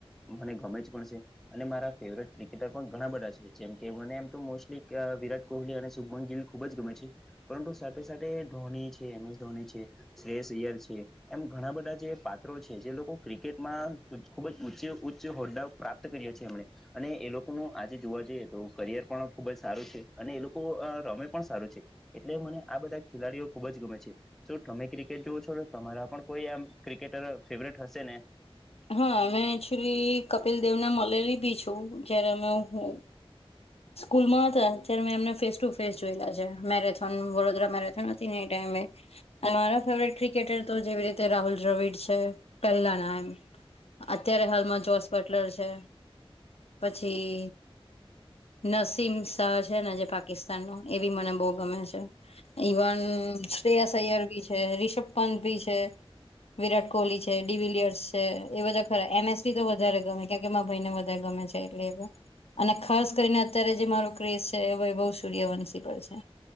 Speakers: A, in the centre; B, on the left (about 80°).
A: મને ગમે જ પણ છે અને મારા ફેવરેટ ક્રિકેટર પણ ઘણા બધા છે જેમ કે મને એમ તો મોસ્ટલી વિરાટ કોહલી અને શુમન ગીલ ખુબ જ ગમે છે પરંતુ સાથે સાથે ધોની છે એમ એસ ધોની છે શષ યાર છે એમ ઘણા બધા જે પાત્રો છે જે લોકો ક્રિકેટમાં ખુબ જ ઉચચે ઉચ્ચ હોદ્દાઓ પ્રાપ્ત તી <unintelligible> અને એ લોકો ન આજે જોવા જઈએ તો કરિયર પણ ખુબ જ સારું છે અને એ લોકો કુ અ રમે પણ સારું છે એટલે મને આ બધા ખેલાડીઓ ખુબ જ ગમે છે. શું તમે ક્રિકેટ જોવ છો તમારા પણ કોઈ આમ ક્રિકેટર ફેવરેટ હશે ને.
B: હા અમે એકચુલી કપિલ દેવ ના મલેરી બી છું જયારે અમે હું સ્કૂલમાં હતા અત્યારે મેં એમને ફેસ ટુ ફેસ જોયેલા છે મેરેથોન વડોદરા મેરેથોન હતી ને એ ટાઈમે. રો ફેવરેટ ક્રિકેટર તો જેવી રીતે રાહુલ દ્રવિડ છે પહેલા ના એમ અત્યારે હાલમાં જોશ પટલર છે પછી નસીમ શાહ છે ને જે પાકિસ્તાન નો એ બી મને બહુ ગમે છે. ઇવન શ્રે્રેયા સૈયર ભી છે રિષભ પંત ભી છે. વિરાટ કોહલી છે ડી વિલિયર્સ છે એ બધા ખરા એમએસી તો વધારે ગમે કે કે મા ભાઈને વધારે ગમે છે. અને ખાસ કરીને અત્યારે જે મારો ક્રેસ છે હવે બહુ સૂર્યવંશી પર છે.